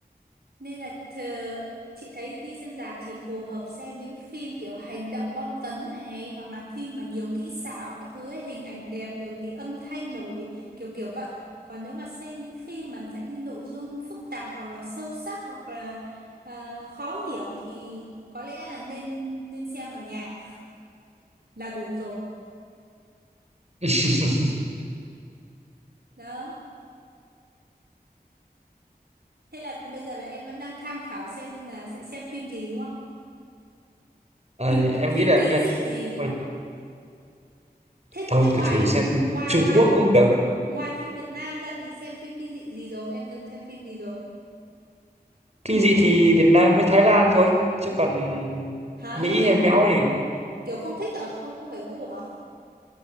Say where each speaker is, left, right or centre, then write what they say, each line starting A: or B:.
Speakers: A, on the right; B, on the right.
A: Nên là thờ, chị thấy đi xem rạp chỉ phù hợp xem những phim kiểu hành động bom tấn này hoặc là phim mà nhiều kỹ xảo các thứ ấy, hình ảnh đẹp rồi thì âm thanh nổi kiểu kiểu vậy. Còn nếu mà xem những phim mà chẳng như nội dung phức tạp hoặc là sâu sắc hoặc là ờ, khó hiểu thì có lẽ là nên nên xem ở nhà là đủ rồi.
B: <laughs>
A: Đó. Thế là bây giờ là em vẫn đang tham khảo xem là sẽ xem phim gì đúng không?
B: Ờ,
A: Phim
B: em
A: phim
B: nghĩ là em
A: kinh
B: nghe
A: dị gì đúng
B: thôi
A: không? Thế
B: thôi
A: thế
B: cứ
A: ngoài
B: thử xem phim
A: ngoài
B: Trung
A: ngoài
B: Quốc cũng được
A: Ngoài phim Việt Nam ra thì xem phim kinh dị gì rồi? Em từng xem phim gì rồi?
B: kinh dị thì Việt Nam với Thái Lan thôi chứ còn
A: Hả?
B: Mỹ
A: Lại không
B: hay Mẽo thì
A: kiểu không thích hả? Không không phải gu hả?